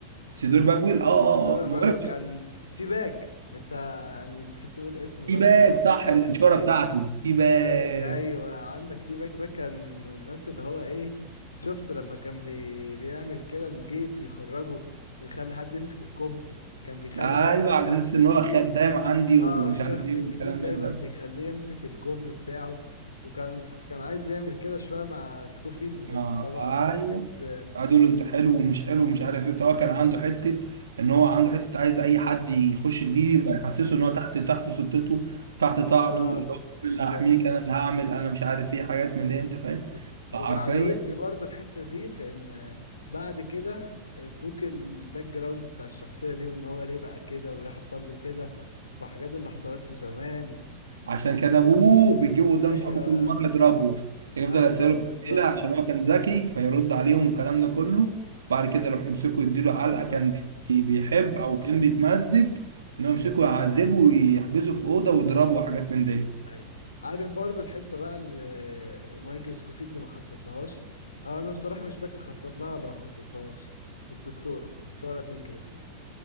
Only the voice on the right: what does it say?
سيدور باجويل اه اه
اه ما
بقولك
تي
باج صح
الشهرة
بتاعته تي باج
ايوه
على اساس ان
هو خدام عندي ومش
عارف ايه
والكلام من
ده
آه
ايوه قعدوا يقولوا انت حلو ومش حلو ومش عارف ايه بتاع هو كان عنده حته ان هو عنده حته عايز اي حد يخش جديد يبقى يحسسه ان هو تحت تحت سلطته تحت طاعته
اللي هو أنا
اللي هحميك انا اللي هعمل انا مش عارف ايه حاجات من دي انت فاهم
فحرفيا
عشان
كان ابوه بيجيبه قدام
صحابه كل مره يضربه كان يفضل
يساله في
الاسئله عشان هو كان ذكي فيرد عليهم والكلام ده كله بعد كده يروح يمسكه يديله علقه
كان بي- بيحب
او كان بيتمزج انه يمسكه يعذبه ويحبسه في اوضه ويضربه وحاجات من دي